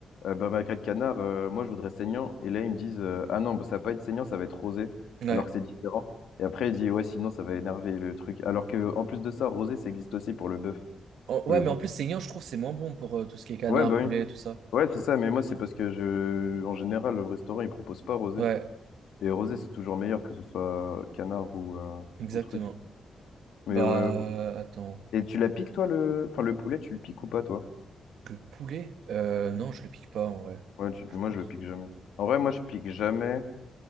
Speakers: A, on the left; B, on the right.
A: euh, bah, magret de canard, euh, moi, je voudrais saignant. Et là, ils me disent, euh, ah non, bah, ça va pas être saignant, ça va être rosé,
B: ouais.
A: alors que c'est différent. Et après, il dit, ouais, sinon, ça va énerver le truc. Alors que, en plus de ça, rosé, ça existe aussi pour le bœuf.
B: En-
A: Mais
B: ouais, mais
A: bon.
B: en plus, saignant, je trouve, c'est moins bon pour euh, tout ce qui est canard,
A: Ouais, bah oui.
B: poulet, tout ça.
A: Ouais, c'est ça, mais moi, c'est parce que je, en général, le restaurant, il propose pas rosé.
B: Ouais,
A: Et rosé, c'est toujours meilleur que ce soit canard ou, euh,
B: exactement.
A: ou truc. Mais
B: Bah,
A: ouais, bon.
B: attends.
A: Et tu la piques, toi, le, enfin, le poulet, tu le piques ou pas, toi?
B: Le poulet? Euh, non, je le pique pas, en vrai.
A: Ouais, tu-
B: Je
A: moi,
B: pense.
A: je le pique jamais. En vrai, moi, je pique jamais.